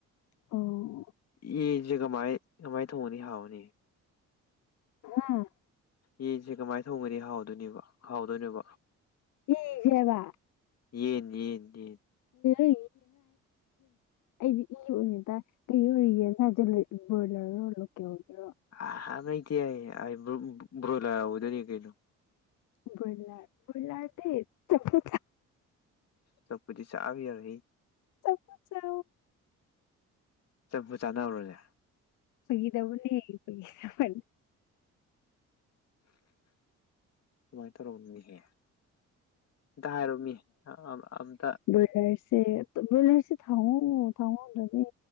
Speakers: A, on the left; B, on the left.
A: ꯑꯣ
B: ꯌꯦꯁꯦ ꯀꯃꯥꯏ ꯀꯃꯥꯏ ꯊꯣꯡꯉꯅꯤ ꯍꯥꯎꯅꯤ
A: ꯑ
B: ꯌꯦꯟꯁꯦ ꯀꯃꯥꯏ ꯊꯣꯡꯒꯗꯤ ꯍꯥꯎꯗꯣꯏꯅꯤꯕ ꯍꯥꯎꯗꯣꯏꯅꯣꯕ
A: ꯏꯖꯦꯕ
B: ꯌꯦꯟ ꯌꯦꯟ ꯌꯦꯟ
A: ꯑꯦ ꯑꯩꯗꯤ ꯏ ꯑꯣꯏꯅꯅꯤ ꯇꯥꯏ ꯀꯩ ꯑꯣꯏꯣꯔꯤꯒꯦꯁꯦ ꯕ꯭ꯔꯣꯏꯂꯔꯣ ꯂꯣ ꯀꯒꯦꯔꯣ
B: ꯑ ꯃ ꯇꯑ ꯑꯩ ꯭ꯔꯣꯣꯌꯂꯔꯗꯅꯤ ꯀꯩꯩꯅꯣ
A: ꯕꯨꯔꯂꯥ ꯕꯨꯜꯂꯥꯔꯗꯤ ꯆꯄ
B: ꯁ ꯀꯨꯁꯕꯤ ꯌꯥꯔꯏ
A: ꯆꯄ ꯆ
B: ꯆꯝꯐꯨ ꯆꯥꯟꯅꯔꯨꯔꯁꯦ
A: ꯐꯒꯤꯗꯕꯨ ꯐꯒꯗꯕ
B: ꯃꯥꯏ ꯇ ꯔꯝꯅꯤ ꯍꯦ ꯑꯝꯇ ꯍꯥꯏꯔꯣꯃꯤ ꯑꯝꯇ
A: ꯕꯣꯏꯂꯔꯁꯦ ꯕꯣꯏꯂꯔꯁꯦ ꯊꯥꯎꯑꯣ ꯊꯥꯎꯑꯣꯗꯅꯤ